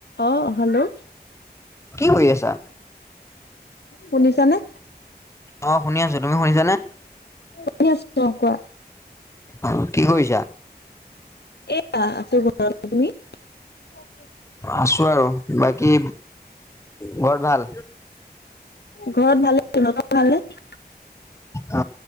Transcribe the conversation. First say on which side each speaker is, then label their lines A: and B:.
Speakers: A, on the left; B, on the left.
A: অ, hello
B: কি কৰি আছা?
A: শুনিছানে,
B: অ শুনি আছো তুমি শুনিছানে?
A: শুনি আছো অ' কোৱা।
B: অ', কি কৰিছা।
A: এয়া আছো ঘৰতে তুমি। অ',
B: আছো আৰু বাকী ঘৰত ভাল?
A: ঘৰত ভাল সিহতৰ ভালনে।
B: অ